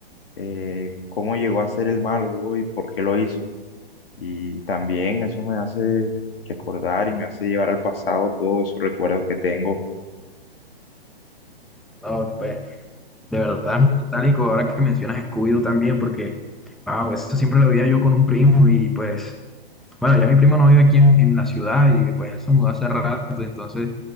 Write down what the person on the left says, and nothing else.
eh, cómo llegó a ser el malo, bro, y por qué lo hizo. Y también eso me hace recordar y me hace llevar al pasado todos esos recuerdos que tengo